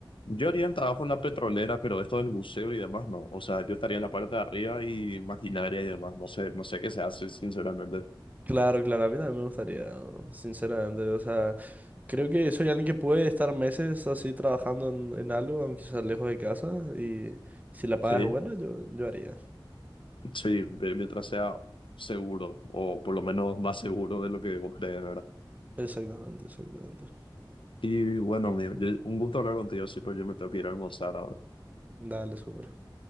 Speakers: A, on the left; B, on the right.
A: Yo haría el trabajo en la petrolera, pero esto del buceo y demás, no. O sea, yo estaría en la parte de arriba y maquinaria y demás. No sé, no sé qué se hace, sinceramente.
B: Claro, claro, a mí también me gustaría, ¿no? sinceramente. O sea, creo que soy alguien que puede estar meses así trabajando en, en algo, aunque sea lejos de casa, y si la paga
A: Sí,
B: es buena, yo, yo haría.
A: sí, ve- mientras sea seguro, o por lo menos más seguro de lo que vos crees, ¿verdad?
B: Exactamente, exactamente.
A: Y bueno, amigo, yo- un gusto hablar contigo, sí, pero yo me tengo que ir a almorzar ahora.
B: Dale, súper.